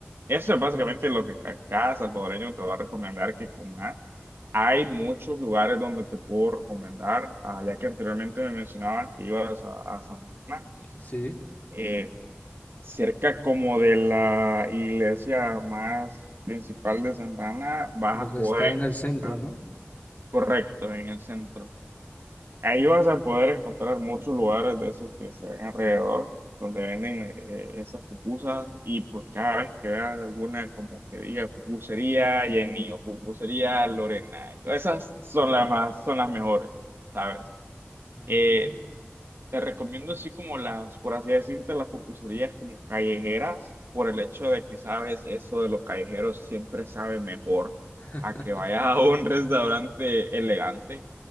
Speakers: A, on the right; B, on the left.
A: Eso es básicamente lo que ca- cada salvadoreño te va a recomendar que comas. Hay muchos lugares donde te puedo recomendar, ah, ya que anteriormente me mencionabas que ibas a, a Santana,
B: sí,
A: eh, cerca como de la iglesia más principal de Santana, vas
B: lo
A: a
B: que
A: poder
B: está en el centro,
A: encontrar,
B: ¿no?
A: correcto, en el centro. Ahí vas a poder encontrar muchos lugares de esos que se ven alrededor, donde venden eh, esas pupusas y pues cada vez que veas alguna como que diga pupusería Jenny o pupusería Lorena, todas esas son las más, son las mejores, ¿sabes?
B: Mm.
A: Eh, te recomiendo así como las, por así decirte, las pupuserías como callejeras, por el hecho de que sabes, eso de los callejeros siempre sabe mejor
B: <laughs>
A: a que vayas a un restaurante elegante,